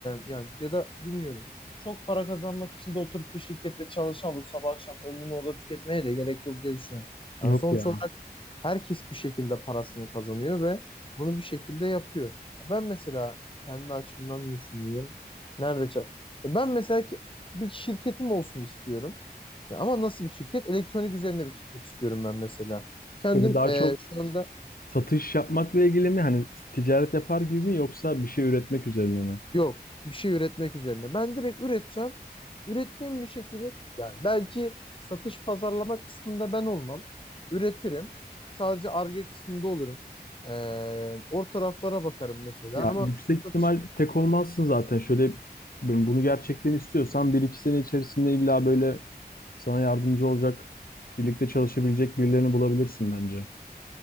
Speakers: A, on the left (about 30°); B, on the left (about 60°).
A: yani ya da bilmiyorum çok para kazanmak için de oturup bir şirkette çalışan olup sabah akşam ömrünü orada tüketmeye de gerek yok diye düşünüyorum. Yani
B: yok
A: sonuç
B: ya.
A: olarak herkes bir şekilde parasını kazanıyor ve bunu bir şekilde yapıyor. Ya Ben mesela kendi açımdan düşüneyim. Nerede çal- e Ben mesela ki bir şirketim olsun istiyorum. Ya ama nasıl bir şirket? Elektronik üzerine bir şirket istiyorum ben mesela. Kendim
B: Böyle daha
A: e,
B: çok
A: şu anda
B: satış yapmakla ilgili mi? Hani ticaret yapar gibi mi yoksa bir şey üretmek üzerine mi?
A: yok bir şey üretmek üzerine. Ben direkt üreteceğim. Ürettiğim bir şekilde yani belki satış pazarlama kısmında ben olmam. Üretirim. Sadece Ar-Ge kısmında olurum. E, o taraflara bakarım mesela
B: Ya
A: ama
B: yüksek
A: satış
B: ihtimal tek olmazsın zaten. Şöyle ben bunu gerçekten istiyorsan bir iki sene içerisinde illa böyle Sana yardımcı olacak, birlikte çalışabilecek birilerini bulabilirsin bence.